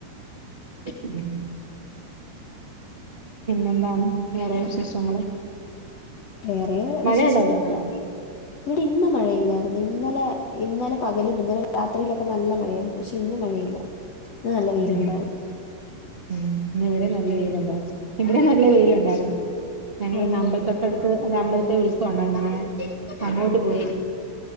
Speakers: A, on the right; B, on the left.
A: ഉം പിന്നെന്താണ് വേറെ വിശേഷങ്ങള്
B: വേറെ വിശേഷങ്ങളൊന്നുല്ല
A: മഴ ഉണ്ടായിരുന്നോ അവിടെ
B: ഇവിടെ ഇന്ന് മഴയില്ലാരുന്നു ഇന്നലെ ഇന്നലെ പകലും ഇന്നലെ രാത്രിയിലൊക്കെ നല്ല മഴയാരുന്നു പക്ഷെ ഇന്ന് മഴയില്ല ഇന്ന് നല്ല വെയിലൊണ്ടാരുന്നു
A: ഉം ഉം ഇന്ന് ഇവിടെ നല്ല വെയിലൊണ്ടാർന്നു ഇവിടെ നല്ല വെയിലൊ ണ്ടാരുന്നു ഞങ്ങളന്നെ
B: ഓഹോ
A: അമ്പലത്തൊട്ടടുത്ത് അത് അമ്പലത്തെ ഉത്സവം ഉണ്ടായിരുന്നു അങ്ങനെ അങ്ങോട്ട് പോയി